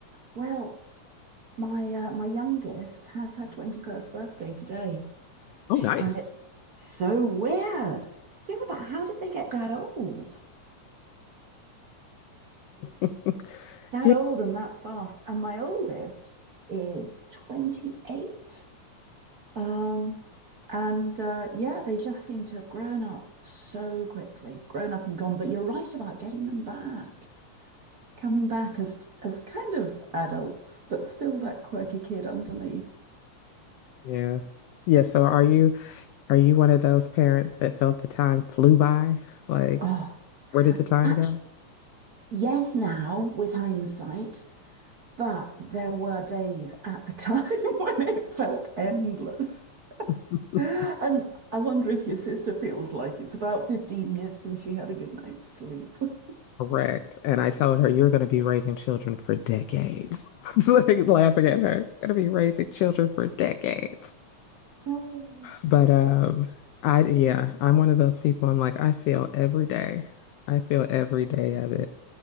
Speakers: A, on the right; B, on the left.
A: well, my uh, my youngest has her 21st birthday today,
B: Oh, nice.
A: and it's so weird. Think about how did they get that old?
B: <laughs>
A: That
B: Yeah.
A: old and that fast. And my oldest is 28. Um, and uh, yeah, they just seem to have grown up so quickly, grown up and gone. But you're right about getting them back. coming back as as kind of adults, but still that quirky kid underneath.
B: Yeah. Yeah. So are you are you one of those parents that felt the time flew by? Like,
A: Oh,
B: where did the time
A: ac-
B: go?
A: yes, now with hindsight, but there were days at the time <laughs> when it felt endless.
B: <laughs>
A: And I wonder if your sister feels like it's about 15 years since she had a good night's sleep. <laughs>
B: Correct. And I told her, you're going to be raising children for decades. <laughs> It's like laughing at her. going to be raising children for decades.
A: Oh,
B: But um, I yeah, I'm one of those people. I'm like, I feel every day. I feel every day of it.